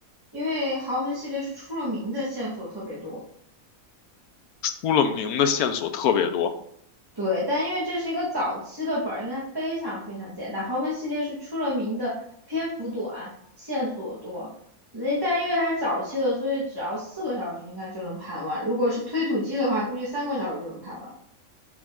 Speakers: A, on the right; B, on the left.
A: 因为豪门系列是出了名的线索特别多，
B: 出了名的线索特别多
A: 对，但因为这是一个早期的本儿，应该非常非常简单。豪门系列是出了名的篇幅短，线索多，人但因为它是早期的，所以只要四个小时应该就能盘完。如果是推土机的话，估计三个小时就能盘完。